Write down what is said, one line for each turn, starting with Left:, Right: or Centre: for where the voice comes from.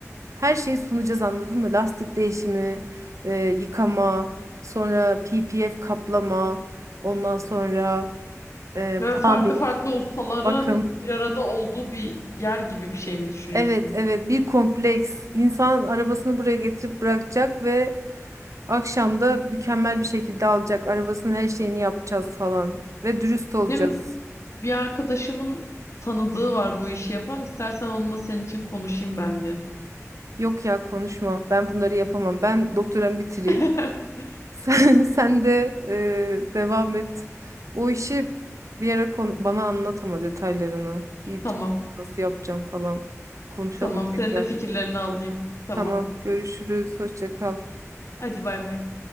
Right: her şeyi sunacağız anladın mı? Lastik değişimi, e, yıkama, sonra PPF kaplama, ondan sonra e,
Left: Ve
Right: tamir,
Left: farklı farklı ustaların
Right: bakım.
Left: bir arada olduğu bir yer gibi bir şey mi düşünüyorsun?
Right: Evet evet bir kompleks. İnsan arabasını buraya getirip bırakacak ve akşam da mükemmel bir şekilde alacak. Arabasının her şeyini yapacağız falan ve dürüst olacağız.
Left: Benim bir arkadaşımın tanıdığı var bu işi yapan. İstersen onunla senin için konuşayım ben bir.
Right: Yok ya konuşma. Ben bunları yapamam. Ben doktoramı bitireyim.
Left: <laughs>
Right: Sen, <laughs> sen de e, devam et. O işi bir ara kon- bana anlat ama detaylarını. B2B
Left: Tamam.
Right: nasıl yapacağım falan. Konuşalım
Left: Tamam.
Right: tekrar.
Left: Senin de fikirlerini alayım. Tamam.
Right: Tamam, görüşürüz. Hoşça kal.
Left: Hadi bay bay.